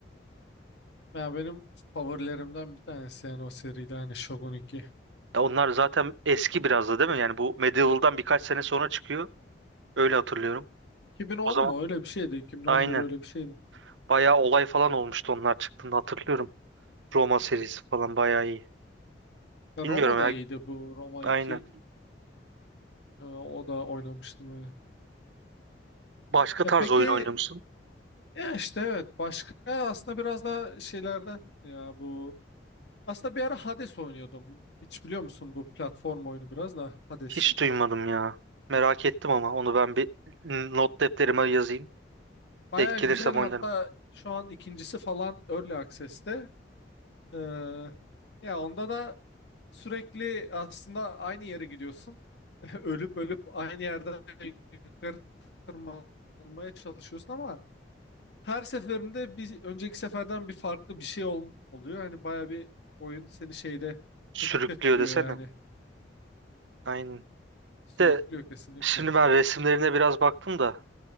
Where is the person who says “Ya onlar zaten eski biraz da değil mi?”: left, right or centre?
Right